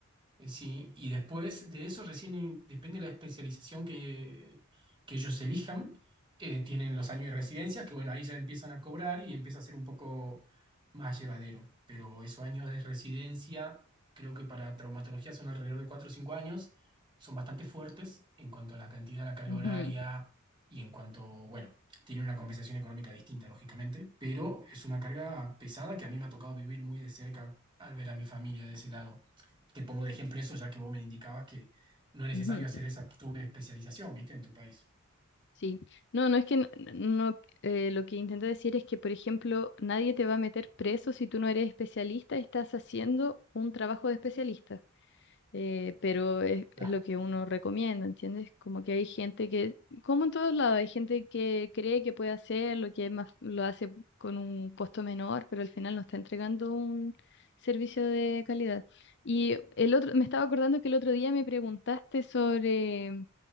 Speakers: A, on the right; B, on the left.
A: eh, Sí, y después de eso recién in- depende de la especialización que, que ellos elijan. eh, tienen los años de residencia, que bueno, ahí ya empiezan a cobrar y empieza a ser un poco más llevadero. Pero esos años de residencia, creo que para traumatología son alrededor de 4 o 5 años, son bastante fuertes en cuanto a la cantidad de la carga
B: Ujú,
A: horaria y en cuanto, bueno, tienen una compensación económica distinta, lógicamente, pero es una carga pesada que a mí me ha tocado vivir muy de cerca al ver a mi familia de ese lado. Te pongo de ejemplo eso, ya que vos me indicabas que no es necesario
B: ujú.
A: hacer esa subespecialización, ¿viste? En tu país.
B: Sí, no, no es que n- no, eh, lo que intento decir es que, por ejemplo, nadie te va a meter preso si tú no eres especialista, estás haciendo un trabajo de especialista, eh, pero es,
A: Claro.
B: es lo que uno recomienda, ¿entiendes? Como que hay gente que, como en todos lados, hay gente que cree que puede hacer lo que es más, lo hace con un costo menor, pero al final no está entregando un servicio de calidad. Y el otro, me estaba acordando que el otro día me preguntaste sobre